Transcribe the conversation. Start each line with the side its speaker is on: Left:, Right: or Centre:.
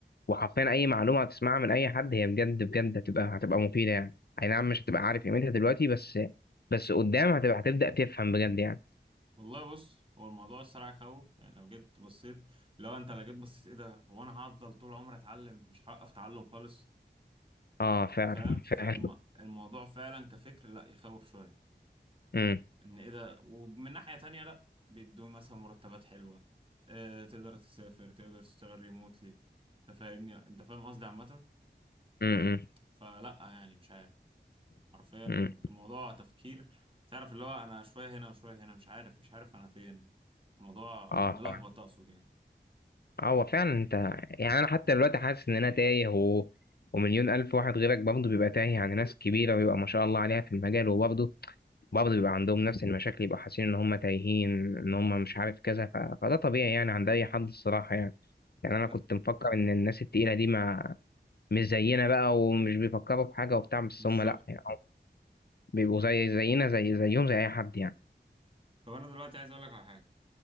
Left: وحرفيا أي معلومة هتسمعها من أي حد هي بجد بجد هتبقى هتبقى مفيدة يعني أي نعم مش هتبقى عارف قيمتها دلوقتي بس بس قدام هتبقى هتبدأ تفهم بجد يعني
Right: والله بص هو الموضوع الصراحة يخوف يعني لو جيت بصيت لو انت لو جيت بصيت ايه ده هو انا هفضل طول عمري اتعلم مش هوقف تعلم خالص
Left: اه فعلا
Right: انت فاهم فالموضوع
Left: فعلا <laughs>
Right: فعلا كفكر لا يخوف شوية
Left: امم
Right: ان ايه ده ومن ناحية تانية لا بيدوا مثلا مرتبات حلوة آه تقدر تسافر تقدر تشتغل ريموتلي انت فاهمني انت فاهم قصدي عامة
Left: امم امم
Right: فلا يعني مش عارف حرفيا الموضوع
Left: امم.
Right: تفكير تعرف اللي هو انا شوية هنا وشوية هنا مش عارف مش عارف انا فين الموضوع
Left: اه
Right: ملخبط
Left: فعلا
Right: اقصد يعني
Left: آه، هو فعلا انت يعني انا حتى دلوقتي حاسس ان انا تايه و... ومليون الف واحد غيرك برضه بيبقى تايه عن ناس كبيره ويبقى ما شاء الله عليها في المجال وبرضه برضه بيبقى عندهم نفس المشاكل يبقى حاسين ان هم تايهين ان هم مش عارف كذا ف... فده طبيعي يعني عند اي حد الصراحه يعني يعني انا
Right: ما-
Left: كنت مفكر ان الناس التقيله دي ما مش زينا بقى ومش بيفكروا في حاجه وبتاع بس
Right: بالظبط
Left: هم لا يعني هم بيبقوا زي زينا زي زيهم زي اي حد يعني
Right: طب انا دلوقتي عايز اقول لك على حاجة